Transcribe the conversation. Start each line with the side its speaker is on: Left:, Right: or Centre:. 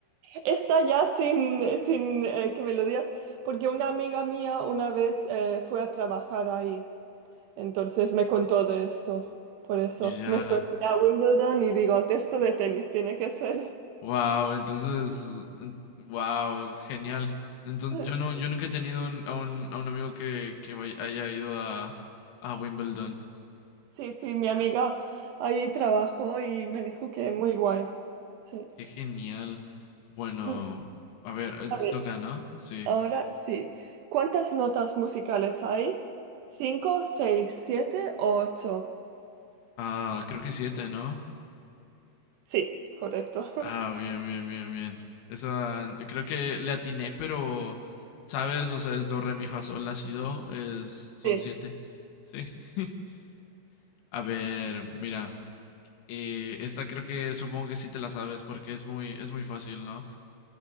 Right: esta ya sin, sin eh, que me lo digas, porque una amiga mía una vez eh, fue a trabajar ahí, entonces me contó de esto. Por eso
Left: Ya,
Right: me estoy a Wimbledon y digo, esto de tenis tiene que ser.
Left: wow, entonces, wow, genial. Entonces,
Right: <laughs>
Left: yo no, yo nunca he tenido un- a un, a un amigo que, que vaya- haya ido a, a Wimbledon.
Right: Sí, sí, mi amiga ahí trabajó y me dijo que muy guay. Sí.
Left: Qué genial. Bueno,
Right: <laughs>
Left: a ver, eh,
Right: A
Left: te
Right: ver.
Left: toca, ¿no? Sí.
Right: Ahora sí. ¿Cuántas notas musicales hay? ¿Cinco, seis, siete o ocho?
Left: Ah, creo que siete, ¿no?
Right: Sí, correcto. <laughs>
Left: Ah, bien, bien, bien, bien. Esa, creo que le atiné, pero, ¿sabes? O sea, es do, re, mi, fa, sol, la, si, do, es, son
Right: Sí,
Left: siete. Sí. <laughs> A ver, mira. eh, esta creo que supongo que sí te la sabes porque es muy, es muy fácil, ¿no?